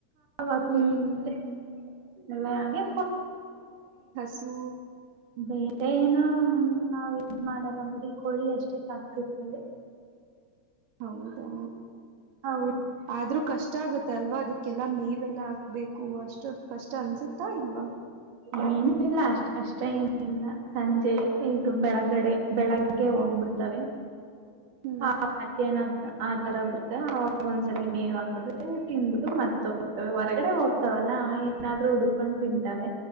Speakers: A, on the right; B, on the right.
A: ಹತವಿಲ್ಲ
B: ಹ್ಮ್
A: ಹಾಗೆ
B: ಸು
A: ಬೇರೆ ಏನ ನಾವ್ ಇದ್ ಮಾಡಲ್ಲ ಬರೀ ಕೋಳಿ ಅಷ್ಟೇ ಸಾಕ್ತಿತ್ತಲ್ಲ
B: ಹೌದಾ
A: ಹೌದು
B: ಆದ್ರೂ ಕಷ್ಟ ಆಗುತ್ತ ಅಲ್ವಾ ಅದಕ್ಕೆ ಕೆಲ ಮೇವೆಲ್ಲ ಹಾಕ್ಬೇಕು ಅಷ್ಟೊ ಕಷ್ಟ ಅನ್ಸುತ್ತಾ ಇಲ್ವಾ
A: ಏನ ಇಲ್ಲ ಅಷ್ಟ್ ಕಷ್ಟ ಏನಿಲ್ಲ ಸಂಜೆ ಈಗ ಬೆಳಗಡೆ ಬೆಳಗ್ಗೆ ಹೋಗ್ಬಿಡ್ತವೆ
B: ಹ್ಮ್
A: ಹಾ ಮಧ್ಯನಾ ಆ ತರ ಬರ್ತ ಅವಾಗ ಒಂದ್ಸಲ ನೇವ್ ಹಾಕದ ತಿನ್ಬಿು ಮತ್ತ ಹೋಗ್ತವೆ ಹೊರಗಡೆ ಹೋಗ್ತಾವಲ್ಲಾ ಏನಾದ್ ಹುಡ್ಕೊಂಡು ತಿಂತಾವ